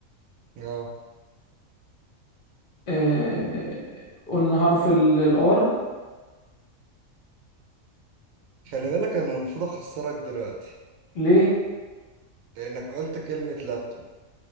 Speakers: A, on the right; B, on the left.
A: اه
B: آه، قلنا حرف الار
A: خلي بالك انا المفروض اخسرك دلوقتي
B: ليه؟
A: لانك قلت كلمه لابتوب